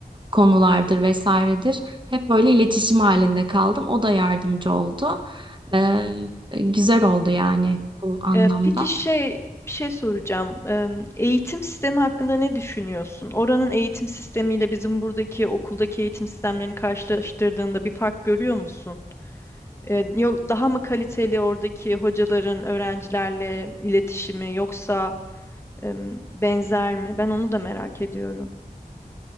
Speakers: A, on the right; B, on the left.
A: konulardır vesairedir. Hep böyle iletişim halinde kaldım. O da yardımcı oldu. Ee, güzel oldu yani bu anlamda.
B: Ee, peki şey bir şey soracağım. Em, eğitim sistemi hakkında ne düşünüyorsun? Oranın eğitim sistemiyle bizim buradaki okuldaki eğitim sistemlerini karşılaştırdığında bir fark görüyor musun? E, yok daha mı kaliteli oradaki hocaların öğrencilerle iletişimi yoksa em, benzer mi? Ben onu da merak ediyorum.